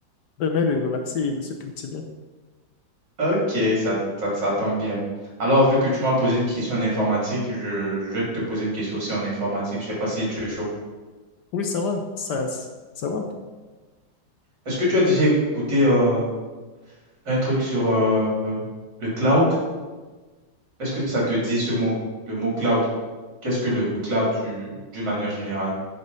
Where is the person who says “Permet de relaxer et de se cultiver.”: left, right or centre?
Left